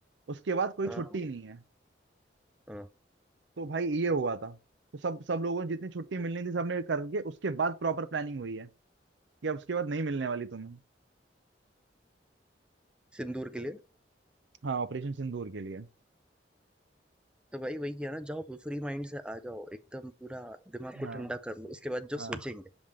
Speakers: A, on the right; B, in the centre.
A: उसके बाद कोई
B: हाँ
A: छुट्टी नहीं है
B: हाँ
A: तो भाई ये हुआ था तो सब सब लोगों ने जितनी छुट्टी मिलनी थी सबने करके उसके बाद प्रॉपर प्लानिंग हुई है कि अब उसके बाद नहीं मिलने वाली तुम्हें
B: सिंदूर के लिए
A: हाँ ऑपरेशन सिंदूर के लिए
B: तो भाई वही किया ना जाओ फ्री माइंड से आ जाओ एकदम पूरा दिमाग को
A: हाँ
B: ठंडा कर लो उसके बाद जो
A: हाँ
B: सोचेंगे